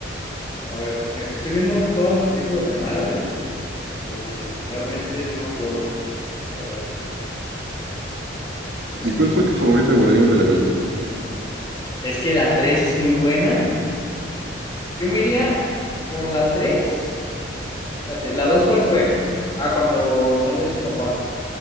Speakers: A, on the left (about 20°); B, on the right (about 60°).
A: A ver, dej- estoy viendo todas las películas de Marvel porque realmente no me acuerdo. A ver, es-
B: ¿Y cuál fue tu favorita de Guardianes de la Galaxia?
A: Es que la 3 es muy buena. Yo me iría por la tres Fíjate, ¿la 2 cuál fue? Ah, cuando sale su papá.